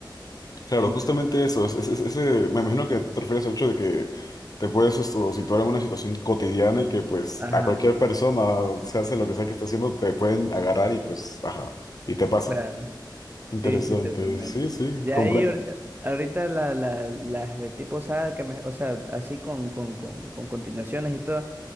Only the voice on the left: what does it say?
Claro,
justamente eso, es- es- es- ese, me imagino que te refieres al hecho de que te puedes esto, situar en una situación cotidiana y que pues
a cualquier persona, o sea, hace lo que sea que esté haciendo, te pueden agarrar y pues, ajá, y te pasa.
Interesante,
sí, sí,
comprendo.